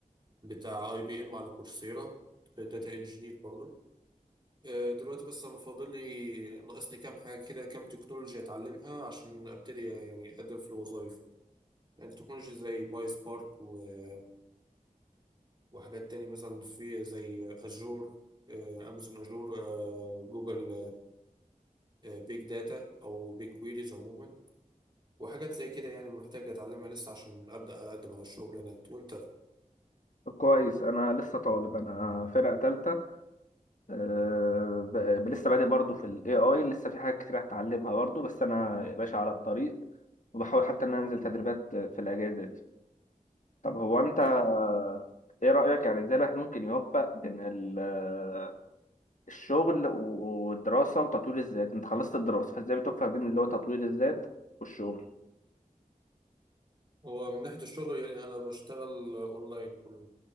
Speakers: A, on the right; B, on the left.
A: بتاع اي بي ام على كورسيرا داتا انجينير برضه آه، دلوقتي بس انا فاضل لي ناقصني كام حاجه كده كام تكنولوجيا اتعلمها عشان ابتدي يعني اقدم في الوظائف يعني تكنولوجيا زي باي سبارك و- وحاجات تاني مثلا في زي اجور امازون اجور آه، جوجل آه، بيج داتا او بيج كويريز عموما وحاجات زي كده يعني محتاج اتعلمها لسه عشان ابدا اقدم على الشغلانات وانت
B: طب كويس انا لسه طالب انا فرقه تالتة أه ب- لسه بادئ برضه في ال AI لسه في حاجات كتير هتعلمها برضه بس أنا يا باشا على الطريق وبحاول حتى إن أنا أنزل تدريبات في الأجازة دي طب هو أنت
A: حلو.
B: آه، إيه رأيك يعني إزاي الواحد ممكن يوفق بين ال- آه، الشغل و- والدراسة وتطوير الذات أنت خلصت الدراسة فإزاي بتوفق بين اللي هو تطوير الذات والشغل؟
A: هو من ناحيه الشغل يعني انا بشتغل اونلاين كله